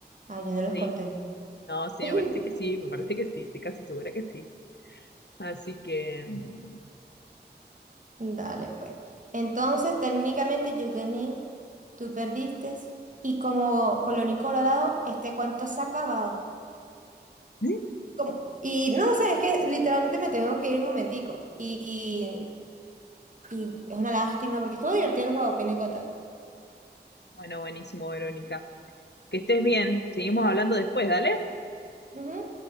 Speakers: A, on the right (about 45°); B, on the left (about 75°).
A: Ah, yo no los
B: Sí,
A: conté.
B: no, sí,
A: <laughs>
B: me parece que sí, me parece que sí, estoy casi segura que sí. Así que, mm,
A: Dale, pues. Entonces, técnicamente yo gané, tú perdiste, y como colorín colorado, este cuento se ha acabado.
B: ¿Mm?
A: Como- y no, o sea, es que literalmente me tengo que ir un momentico. Y, y es una lástima, porque estuvo divertido el juego, a fin de cuentas.
B: bueno, buenísimo, Verónica. Que estés bien, seguimos hablando después, dale.
A: Ujú.